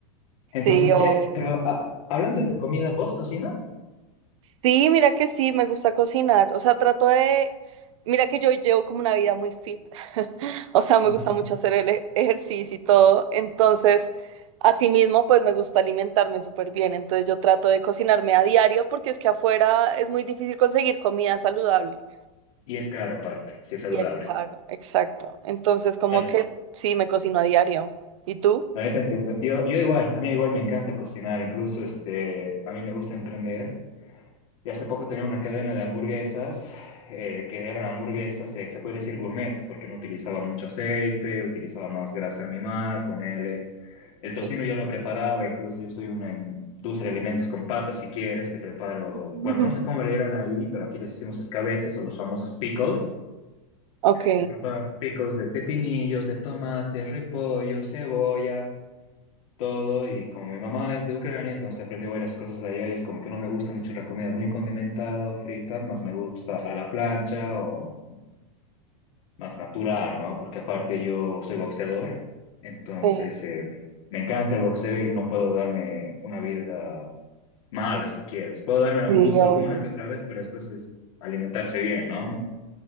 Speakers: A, on the left; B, on the right.
A: Entonces,
B: sí, o...
A: che, pero ah, hablando de comida, ¿vos cocinas?
B: Sí, mira que sí, me gusta cocinar. O sea, trato de... Mira que yo llevo como una vida muy fit. <laughs> O sea, me
A: <laughs> Ujú.
B: gusta mucho hacer el e- ejercicio y todo. Entonces, asimismo, pues me gusta alimentarme súper bien. Entonces, yo trato de cocinarme a diario porque es que afuera es muy difícil conseguir comida saludable.
A: Y es caro aparte, sí es saludable.
B: Y es caro, exacto. Entonces, como
A: No,
B: que sí, me cocino a diario. ¿Y tú?
A: no, yo te entiendo. Yo, yo igual, a mí igual me encanta cocinar, incluso este, a mí me gusta emprender. Y hace poco tenía una cadena de hamburguesas, eh, que eran hamburguesas, eh, se puede decir gourmet, porque no utilizaba mucho aceite, utilizaba más grasa animal, ponele. El
B: Ok.
A: tocino yo lo preparaba, incluso yo soy una industria de alimentos con patas, si quieres, te preparo,
B: <laughs>
A: bueno, no sé cómo le eran ahí, pero aquí les hicimos escabeches o los famosos pickles.
B: Ok.
A: Te preparo pickles de pepinillos, de tomates, repollo, cebolla todo y como mi mamá es de Ucrania, entonces aprendí varias cosas de allá y es como que no me gusta mucho la comida muy condimentada o frita, más me gusta a la plancha o más natural, ¿no? Porque aparte yo soy boxeador, entonces
B: Sí,
A: eh, me, me encanta el boxeo y no puedo darme una vida mala si quieres. Puedo darme
B: sí,
A: un gusto
B: obvio.
A: alguna que otra vez, pero después es alimentarse bien, ¿no?